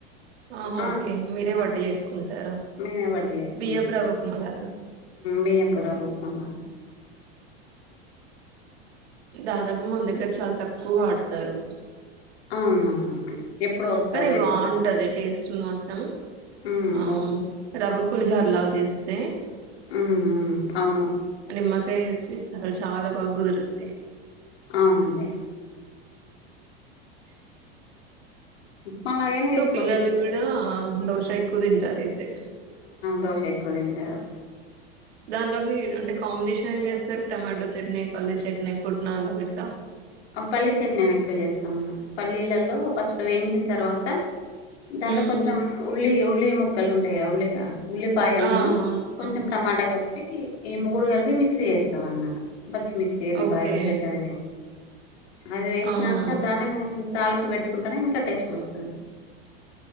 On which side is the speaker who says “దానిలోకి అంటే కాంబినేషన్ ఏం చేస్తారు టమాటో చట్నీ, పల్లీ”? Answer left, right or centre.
Right